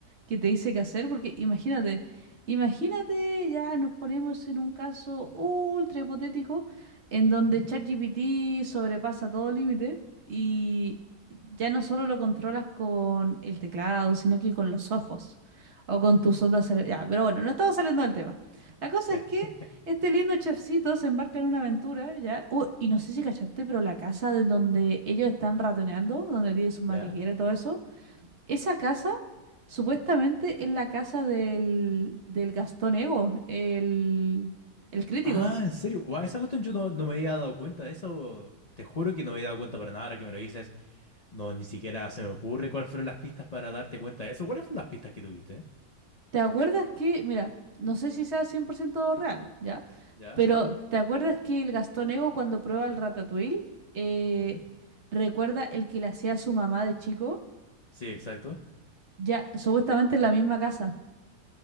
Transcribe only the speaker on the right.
Que te dice qué hacer, porque imagínate, imagínate, ya nos ponemos en un caso ultra hipotético en donde
ChatGPT sobrepasa todo límite y ya no solo lo controlas con el teclado, sino que con los ojos o con
tus ondas cerebrales. Ya, pero bueno, no estamos saliendo del tema. La cosa
es que
este lindo chefcito se embarca en una aventura, ¿ya? Uh, y no sé si cachaste, pero la casa de donde ellos están ratoneando, donde tiene su madriguera
y todo eso, esa casa supuestamente es la casa del, del Gastón Ego, el, el crítico.
¿Te acuerdas que, mira, no sé si sea 100% real, ¿ya?
Pero ¿te acuerdas que el Gastón Ego cuando prueba el ratatouille, eh,
recuerda el que le hacía a su mamá de chico?
Ya, supuestamente en la misma casa.